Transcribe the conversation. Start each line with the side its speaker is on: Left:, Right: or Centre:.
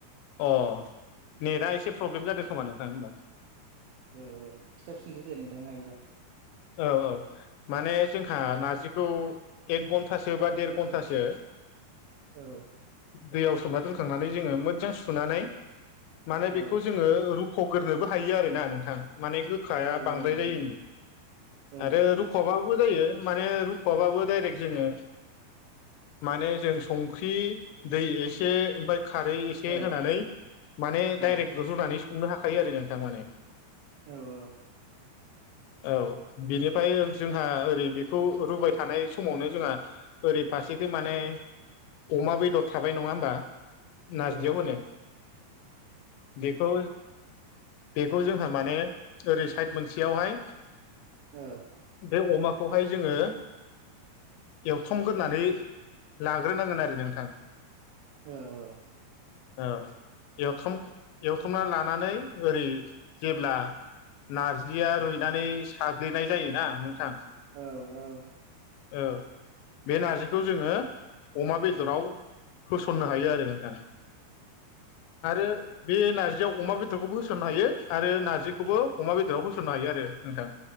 Left: अ नेटआ एसे प्रब्लेम
Right: औ
Left: जादों खोमा नोंथां होमबा
Right: औ औ खिन्थाबफिनदो दे नोंथां हायोबा
Left: औ औ माने जोंहा नार्जिखौ एक घन्टासो बा देर घन्टासो
Right: औ
Left: दैयाव सोमना दोनखांनानै जोङो मोजां सुनानै माने
Right: औ
Left: बेखौ जोङो रु खग्रोनोबो हायो आरोना नोंथां माने गोखाया
Right: औ
Left: बांद्राय
Right: नोंथां
Left: जायैनि।
Right: औ
Left: आरो रुख'बाबो जायो माने रुख'आबाबो डाइरेक्ट जोङो माने जों संख्रि दै एसे ओमफ्राय खारैए से
Right: औ
Left: होनानै माने
Right: औ
Left: डाइरेक रुनानै संनो हाखायो आरो नोंथां माने।
Right: औ औ।
Left: औ। बेनिफ्राय जोंहा ओरै बेखौ रुबाय थानाय समावनो जोंहा ओरै फारसेखै माने अमा बेदर थाबाय नङा होमबा नाराजदियाव
Right: औ
Left: ने बेखौ बेखौ जोंहा माने ओरै साइद मोनसेयावहाय
Right: औ।
Left: बे अमाखौहाय जोङो एवथमग्रोनानै लाग्रोनांगोन आरो नोंथां।
Right: औ औ।
Left: औ। ए-एवखामना लानानै ओरै जेब्ला नारजिया रुइनानै साग्लिनाय जायोना नोंथां?
Right: औ औ।
Left: औ बे नार्जिखौ जोङो अमा बेदराव होसननो हायो आरो नोंथां। आरो बे नारजियाव अमा बेदरखौबो होसननो हायो आरो नारजिखौबो अमा बेदराव होसननो हायो आरो नोंथां।